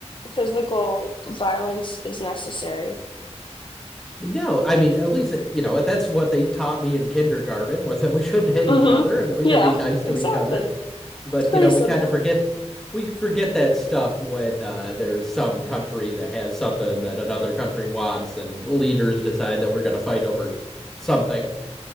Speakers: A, on the left; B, in the centre.
A: physical violence is necessary.
B: No, I mean, at least, uh, you know, that's what they taught me in kindergarten was that we shouldn't hit each
A: Mhm.
B: other and that we
A: Yeah,
B: should be nice to
A: exactly.
B: each other. But,
A: It's pretty
B: you know, we
A: simple.
B: kind of forget we forget that stuff when uh, there's some country that has something that another country wants and leaders decide that we're going to fight over something.